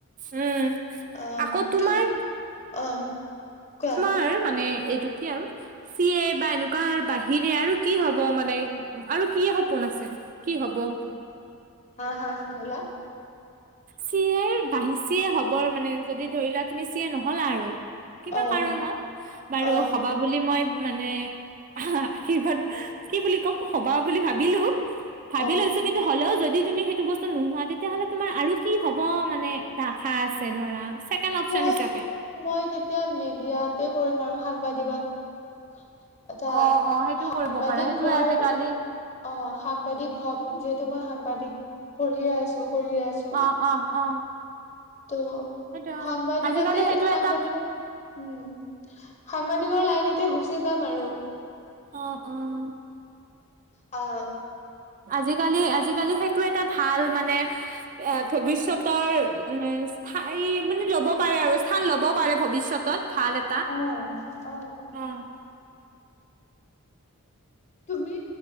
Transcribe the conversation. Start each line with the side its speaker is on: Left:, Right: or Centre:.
Right: উম
Left: অ',
Right: আকৌ তোমাৰ
Left: <unintelligible> অ, কোৱা
Right: পাৰোঁ মানে এইটো কি আৰু, চি এ বা এনেকুৱাৰ বাহিৰে আৰু কি হ'ব মানে? আৰু কি সপোন আছে, কি হ'ব সপো?
Left: হাঁ, হাঁ, কি ক'লা?
Right: চি এ <unintelligible> হ'বৰ মানে যদি ধৰি লোৱা তুমি চি এ নহ'লা আৰু। কিবা
Left: অ
Right: কাৰণত, বাৰু
Left: অ
Right: হ'বা বুলি মই মানে আশীৰ্বাদ, কি বুলি ক'ম হ'বা বুলি ভাবিলোঁ। ভাবি
Left: অ
Right: লৈছোঁ কিন্তু হ'লেও যদি তুমি সেইটো বস্তু নোহোৱা তেতিয়াহ'লে তোমাৰ আৰু কি হ'ব মানে এটা আশা আছে ধৰা, ছেকেণ্ড অপচন
Left: মই
Right: হিচাপে?
Left: মই তেতিয়া মিডিয়াতে কৰিম আৰু সাংবাদিকত। এটা,
Right: অ', অ', সেইটো
Left: সাংবাদিক
Right: কৰিব পাৰা সেইটোয়ে
Left: হোৱাৰ
Right: আজিকালি
Left: অ', সাংবাদিক হ'ম, যিহেতু মই সাংবাদিক, পঢ়িয়ে আছোঁ, কৰিয়ে আছোঁ।
Right: অ', অ, অ,
Left: ত'
Right: সেইটো
Left: সাংবাদিকতে
Right: আজিকালি সেইটো
Left: সাংবাদিকত
Right: এটা
Left: উম, সাংবাদিকৰ লাইনতে গুচি যাম আৰু।
Right: অ', অ,
Left: অ',
Right: আজিকালি, আজিকালি সেইটো এটা ভাল মানে, এহ ভৱিষ্যতৰ, মানে ঠাই মানে ল'ব পাৰে আৰু স্থান ল'ব পাৰে ভৱিষ্যতত, ভাল এ
Left: অ', অ,
Right: অ',
Left: তুমি